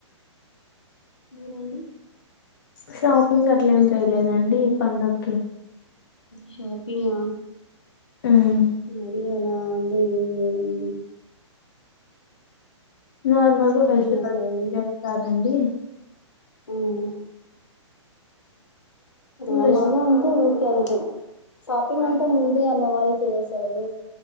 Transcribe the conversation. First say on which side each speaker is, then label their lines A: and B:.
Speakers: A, on the left; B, on the left.
A: మీరండి.
B: షాపింగ్, అట్లా ఏం చేయలేదండి ఈ పండక్కి.
A: షాపింగు.
B: ఉమ్
A: మరి అలా <unintelligible> లేదండి.
B: నార్మల్గా
A: షాపింగ్
B: ఫెస్టివల్
A: అట్లా ఏం
B: చేస్తారండి.
A: ఉమ్. <unintelligible>
B: వెస్
A: అంటే. షాపింగ్ అంటె ముందే అన్నయ్య వాళ్ళు చేసేసారు